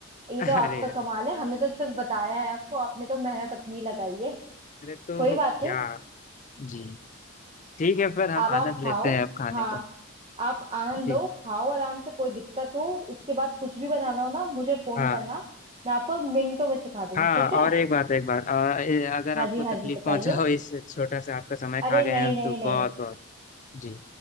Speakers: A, on the right; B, on the left.
A: ये
B: <laughs>
A: तो आपका
B: अरे अरे
A: कमाल है हमने तो सिर्फ बताया है आपको आपने तो मेहनत अपनी लगाई है
B: अरे तो
A: कोई
B: क्या
A: बात नहीं
B: जी ठीक है फिर हम
A: अब
B: आनंद
A: आप खाओ
B: लेते हैं अब खाने
A: हाँ
B: का
A: आप आनंद
B: जी
A: लो खाओ आराम से कोई दिक्कत हो इसके बाद कुछ भी बनाना हो ना मुझे फोन
B: हाँ
A: करना मैं आपको मिनटों में सिखा दूंगी
B: हाँ
A: ठीक
B: और
A: है
B: एक बात एक बात और ए- अगर
A: हाँ
B: आपको
A: जी हाँ
B: तकलीफ
A: जी बताइए
B: पहुंचाओ इस छोटा सा आपका समय खा
A: अरे
B: गए
A: नहीं
B: हम
A: नहीं
B: तो
A: नहीं
B: बहुत बहुत जी